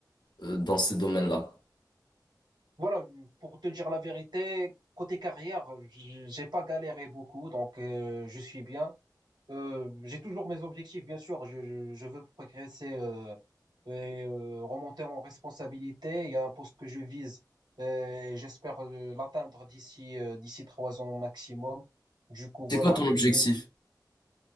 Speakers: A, on the left (about 80°); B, on the right (about 75°).
A: euh, dans ces domaines-là?
B: Voilà, pour te dire la vérité, côté carrière, j- j'ai pas galéré beaucoup, donc euh, je suis bien. Euh, j'ai toujours mes objectifs, bien sûr. Je, je- je veux progresser euh, et euh, remonter en responsabilité. Il y a un poste que je vise euh, et j'espère euh, l'atteindre d'ici euh, d'ici trois ans maximum. Du coup, voilà.
A: C'est quoi ton objectif?
B: Euh,